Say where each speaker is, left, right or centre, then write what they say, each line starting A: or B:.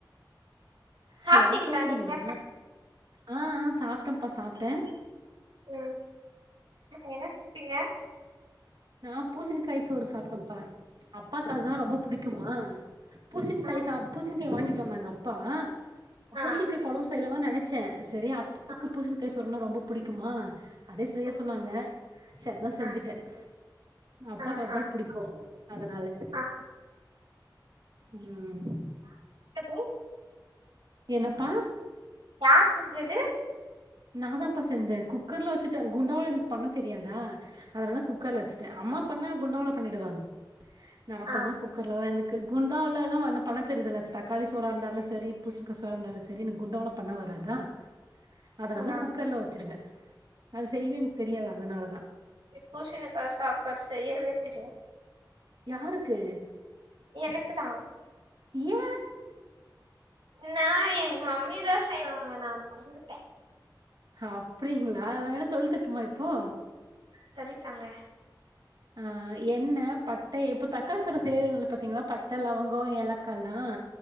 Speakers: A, on the right (about 80°); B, on the right (about 60°).
A: சாப்ட்டீங்களா
B: ஹலோ கேக்குதுங்களா
A: நீங்க
B: ஆ ஆ சாப்ட்டேம்ப்பா சாப்ட்டே
A: ம் என்ன ப்டீங்க
B: நா பூசினிக்காய் சோறு சாப்ட்டேம்ப்பா அப்பாக்கு அதா ரொம்ப புடிக்குமா பூசினிகாய்
A: ஆ
B: சாப்க்கு சினிக்கா வாங்கிட்டு வந்தாங்க அப்பா அ பூசனிக்கா
A: ஆ
B: கொழம்பு செய்யலா தா நென ச செரி அப்பாக்கு
A: ஆ
B: பூசனிக்கா சோறுனா ரொம்ப புடிக்குமா அதே செய்ய
A: ம்
B: சொன்னாங்க சப்பா செஞ்சுட்டே
A: ஆ
B: மு அப்பாக்கு
A: ஆஹா
B: அதா புடிக்கூ அதனால
A: ஆ
B: ம்
A: ஹெலோ
B: என்னப்பா
A: யார் செஞ்சது
B: நாதாப்பா செஞ்ச குக்கர்ல வச்சுட்ட குண்டாவ எனக்கு பண்ண தெரியாதா அதனால குக்கர்ல வச்சுட்ட அம்மா பண்ணா குண்டாவ்ள பண்ணிடுவாங் நா
A: ஆ
B: பண்ணா குக் கர்லதா எனக்கு குண்டாவ்லேல்லா பண்ண தெரியற்தில்ல தக்காளி சோறா இருந்தாலு செரி பூசணிக்கா சோறா இருந்தாலு சரி எனக் குண்டாவ்ல பண்ண வராதா அதனால
A: ஆ
B: குக்கர்ல வச்சிருவே அது செய்வே எனக் தெரியாது அதனாலதா
A: பூஷணிக்கா சாப்பாட் செய்யவே தெரியாது
B: யாருக்கு
A: எனக்குதா
B: ஏ
A: நா எங்க மம்மிதா செய்வாங்க நா மறந்துட்ட
B: அப்டிங்ளா நா வேணா சொல்லித்தற்ட்டுமா இப்போ
A: சொல்லித்தாங்க
B: ஆ எண்ண பட்ட இப்ப தக்காளி சாதொ செய்வோ பாத்தீங்களா பட்ட லவங்கொ ஏலக்கால்லா